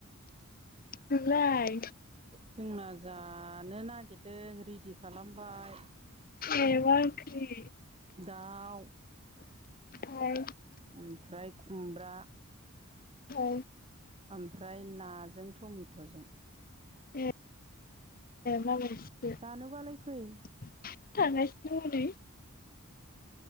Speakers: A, on the left; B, on the right.
A: नोंलाय।
B: जोंना जानो नागिरदों रेडि खालामबाय।
A: ए‌ मा ओंख्रि
B: दाउ
A: ओमफ्राय
B: ओमफ्राय खुमब्रा
A: औ।
B: ओमफ्राय नाजों टमेट'जों।
A: ए। माबायदिसो
B: जानोबालाय फै।
A: <unintelligible>